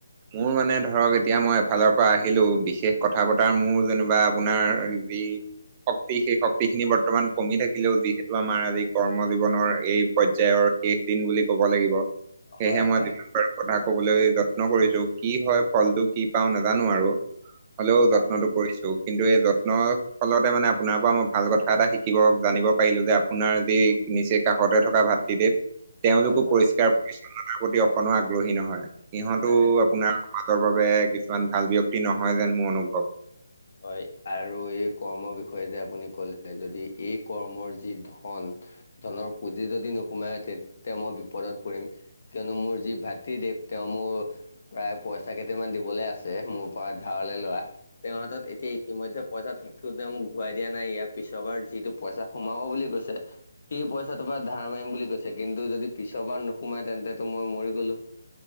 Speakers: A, on the right; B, on the left.
A: মোৰ মানে ধৰক এতিয়া মই এফালৰ পৰা আহিলো বিশেষ কথা পতাৰ মোৰ যেনিবা আপোনাৰ <unintelligible> শক্তি সেই শক্তি খিনি বৰ্তমান কমি থাকিলেও যিহেতু, আমাৰ আজি কৰ্ম জীৱনৰ এই পৰ্যায়ৰ শেষ দিন বুলি ক'ব লাগিব সেয়েহে,
B: হয়
A: মই
B: হয়।
A: যিমান পাৰো কথা কবলৈ যত্ন কৰিছো কি হয়, ফলটো কি পাওঁ নাজানো আৰু। হ'লেও
B: তাক-
A: যত্নটো কৰিছো কিন্তু এই য্ যত্নৰ ফলতে মানে আপোনাৰ পৰা মই ভাল কথা এটা শিকিব জানিব পাৰিলো যে, আপোনাৰ যি নিছে কাষতে থকা ভাতৃদেৱ। তেওঁলোকো
B: হয় হয়
A: পৰিষ্কাৰ পৰিচ্ছন্নতাৰ প্ৰতি অকনো আগ্ৰহী নহয়, সিহঁতো
B: নাই নাই।
A: আপোনাৰ সমাজৰ বাবে কিছুমান ভাল ব্য্য়ক্তি নহয় যেন মোৰ অনুভৱ।
B: হয় আৰু এই কৰ্মৰ বিষয়ে যে, আপুনি ক'লে যদি এই কৰ্মৰ যি ধন ধনৰ পুঁজি যদি নোসোমায় তেতিয়া মই বিপদত পৰিম। কিয়নো মোৰ যি ভাতৃদেৱ তেওঁ মোৰ প্ৰায় পইচা কেইটামান দিবলে আছে মোৰ পৰা ধাৰলৈ লোৱা তেও হাতত এতিয়া ইতিমধ্যে পইচা থাকো তে মোক ঘূৰাই দিয়া নাই ইয়াৰ পিছৰ বাৰ যিটো পইচা সোমাব বুলি কৈছে। সি পইচাটোৰ পৰা ধাৰ মাৰিম বুলি কৈছে কিন্তু যদি পিছৰবাৰ নোসোমাই তেন্তেটো মই মৰি গ'লো।